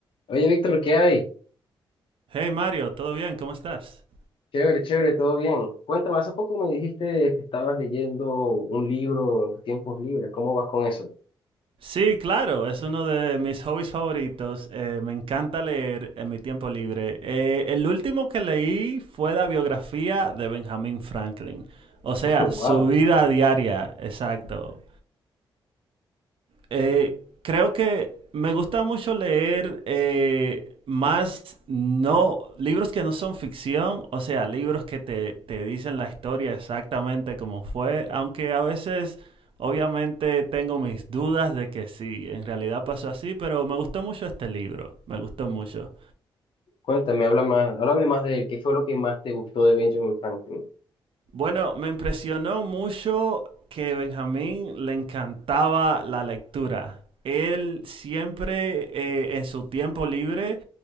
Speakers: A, on the left (about 60°); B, on the right (about 65°).
A: Oye, Víctor, ¿qué hay?
B: Hey Mario, ¿todo bien? ¿Cómo estás?
A: Chévere, chévere, todo bien. Cuéntame, hace poco me dijiste que estabas leyendo un libro en tus tiempos libres. ¿Cómo vas con eso?
B: Sí, claro, es uno de mis hobbies favoritos. eh, me encanta leer en mi tiempo libre. Eh, el último que leí fue la biografía de Benjamin Franklin. O sea,
A: <laughs>
B: su
A: Wow.
B: vida diaria, exacto. Eh, creo que me gusta mucho leer eh, más no libros que no son ficción, o sea, libros que te, te dicen la historia exactamente como fue, aunque a veces obviamente tengo mis dudas de que sí, en realidad pasó así, pero me gustó mucho este libro, me gustó mucho.
A: Cuéntame, habla más, háblame más de él. ¿Qué fue lo que más te gustó de Benjamin Franklin?
B: Bueno, me impresionó mucho que Benjamín le encantaba la lectura. Él siempre eh, en su tiempo libre